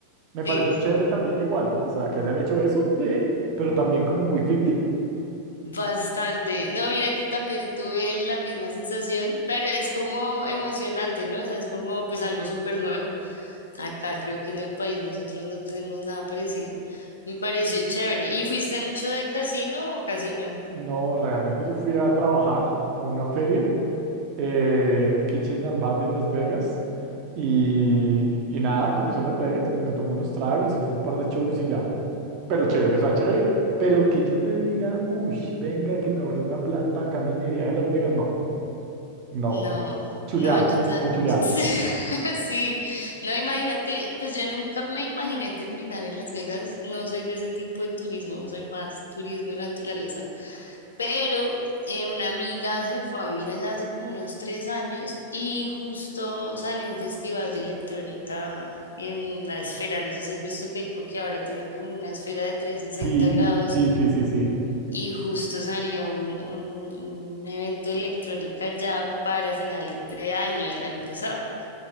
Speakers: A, on the right; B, on the left.
A: Me
B: ti,
A: pareció chévere también igual, ¿no? O sea, que hayan hecho eso, sí, pero también como muy ficti.
B: bastante. No, mira que también tuve la misma sensación, pero es como emocionante, ¿no? O sea, es como pues algo súper nuevo. Acá creo que en el país nosotros no tenemos nada parecido. Me pareció chévere. ¿Y fuiste mucho de casino o casino?
A: No, realmente yo fui a trabajar a una feria, eh, el Kitchen and Bath en Las Vegas, y, y nada, conocer Las Vegas, pues me tomé unos tragos y fue un par de shows y ya. Pero chévere, o sea, chévere, pero que yo te diga, uy, venga, que me ahorré una plata, camine de viaje a Las Vegas, no, no,
B: No,
A: chuleado,
B: no, yo ta-
A: como chuleado.
B: <laughs> sí, no, imagínate, pues yo nunca me imaginé terminar en Las Vegas, no soy de ese tipo de turismo, soy más turismo de naturaleza, pero eh, una amiga se fue a vivir allá hace como unos tres años y justo salió un festival de electrónica en la esfera, no sé si has visto que, co- que ahora tienen como una esfera de trescientos sesenta
A: Sí,
B: grados
A: sí, sí, sí, sí.
B: y justo salió un, un, un evento de electrónica ya para finales de año, del año pasado.